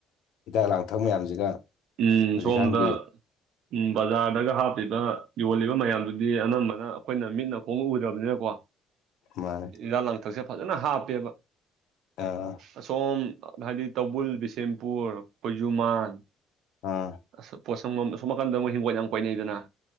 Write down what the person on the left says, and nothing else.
ꯍꯤꯗꯥꯛ ꯂꯥꯡꯊꯛ ꯃꯌꯥꯝꯁꯤꯒ
ꯍꯧꯖꯤꯛꯀꯥꯟꯒꯤ
ꯃꯥꯅꯦ
ꯑ
ꯑꯥ